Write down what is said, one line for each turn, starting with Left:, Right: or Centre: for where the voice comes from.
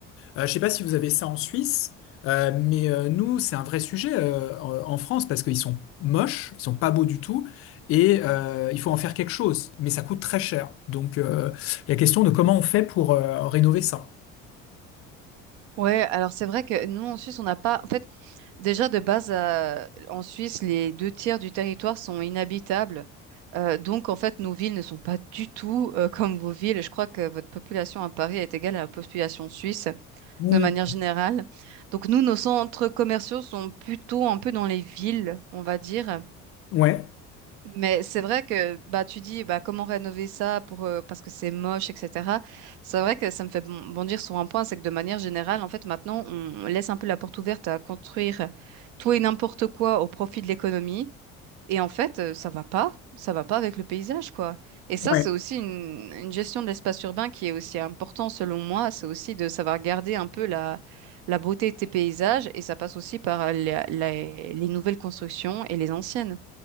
Left: Euh, je sais pas si vous avez ça en Suisse, euh, mais euh, nous, c'est un vrai sujet euh, en en France parce qu'ils sont moches, ils sont pas beaux du tout, et euh, il faut en faire quelque chose, mais ça coûte très cher. Donc, euh, il y a question de comment on fait pour euh, rénover ça.
Right: Ouais, alors c'est vrai que nous en Suisse, on n'a pas. En fait, déjà de base, euh, en Suisse, les deux tiers du territoire sont inhabitables. Euh, donc en fait, nos villes ne sont pas du tout euh, comme vos villes. Je crois que votre population à Paris est égale à la population suisse.
Left: Mm.
Right: de manière générale. Donc nous, nos centres commerciaux sont plutôt un peu dans les villes, on va dire.
Left: Ouais,
Right: Mais c'est vrai que bah tu dis bah comment rénover ça pour euh, parce que c'est moche, etc. C'est vrai que ça me fait bon- bondir sur un point, c'est que de manière générale, en fait, maintenant, on laisse un peu la porte ouverte à construire tout et n'importe quoi au profit de l'économie. Et en fait, euh, ça va pas, ça va pas avec le paysage, quoi. Et ça,
Left: ouais.
Right: c'est aussi une, une gestion de l'espace urbain qui est aussi important selon moi. C'est aussi de savoir garder un peu la, la beauté de tes paysages et ça passe aussi par la- la- les nouvelles constructions et les anciennes.